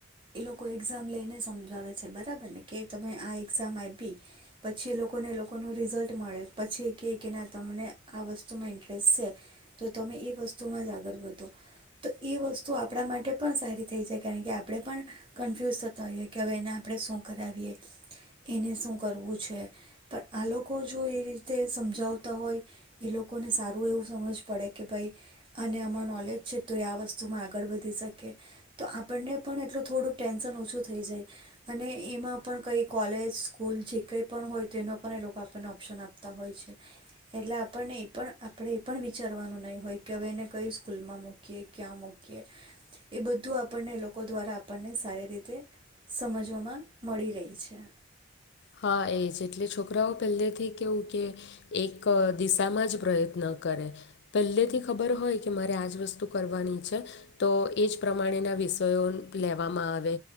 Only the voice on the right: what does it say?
એ લોકો એક્ઝામ લઈને સમજાવે છે બરાબર ને કે તમે આ એક્ઝામ આયપી પછી એ લોકોને એ લોકોનું રિઝલ્ટ મળે પછી એ કે કે ના તમને આ વસ્ તુ માં ઇન્ટરેસ્ટ છે, તો તમે એ વસ્તુમાં જ આગળ વધો. તો એ વસ્તુ આપણા માટે પણ સારી થઈ જાય કારણ કે આપણે પણ કન્ફ્યુઝ થતા હોઈએ કે હવે એને આપણે શું કરાવીએ, એને શું કરવું છે. પણ આ લોકો જો એ રીતે સમજાવતા હોય એ લોકોને સારું એવું સમજ પડે કે ભાઈ અને આમાં નોલેજ છે તો એ આ વસ્તુમાં આગળ વધી શકે તો આપણને પણ એટલું થોડુંક ટેન્શન ઓછું થઈ જાય અને એમાં પણ કંઈ કોલેજ સ્કૂલ જે કંઈ પણ હોય તેનો પણ એ લોકો આપણને ઓપ્શન આપતા હોય છે. એટલે આ પણને એ પણ આપણે એ પણ વિચારવાનું નહીં હોય કે હવે એને કઈ સ્કૂલમાં મૂકીએ, ક્યાં મૂકીએ. એ બધું આપણને એ લોકો દ્વારા આપણને સારી રીતે સમજવામાં મળી રહી છે.